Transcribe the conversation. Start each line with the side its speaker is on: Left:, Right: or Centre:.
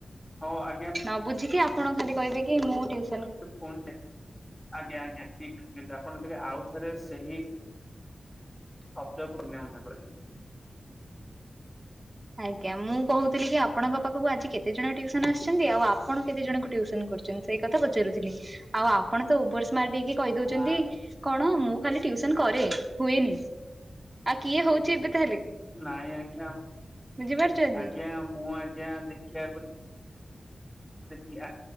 Centre: ହଉ ଆଜ୍ଞା
Right: ନ ବୁଝିକି ଆପଣ ଖାଲି କହିବେ କି ମୁଁ ଟିଉସନ୍
Centre: ପୁଣି ଆଜ୍ଞା ଆଜ୍ଞା। ଠିକ୍ ଅଛି ଆପଣ ଟିକେ ଆଉ ଥରେ ସେହି ଶବ୍ଦକୁ ଉନ୍ନୟନ କରିବି।
Right: ଆଜ୍ଞା ମୁଁ କହୁଥିଲି କି ଆପଣଙ୍କ ପାଖକୁ ଆଜି କେତେ ଜଣ ଟ୍ୟୁସନ ଆସିଛନ୍ତି ଆଉ ଆପଣ କେତେ ଜଣଙ୍କୁ ଟ୍ୟୁସନ୍ ଟ୍ୟୁସନ୍ କରୁଛନ୍ତି ସେଇ କଥା ପଚାରୁଥିଲି ଆଉ ଆପଣ ତ ଅଭର୍ ସ୍ମାର୍ଟ ହେଇକି କହିଦଉଛନ୍ତି
Centre: ହଁ
Right: କଣ ମୁଁ ଖାଲି ଟିଉସନ କରେ ହୁଏନି। ଆଉ କିଏ ହଉଛି ଏବେ ତାହେଲେ?
Centre: ନାଇଁ ଆଜ୍ଞା
Right: ବୁଝିପାରୁଛନ୍ତି
Centre: ଆଜ୍ଞା ମୁଁ ଆଜ୍ଞା ଦେଖିବାକୁ ଦେଖିବାକୁ ଦେଖି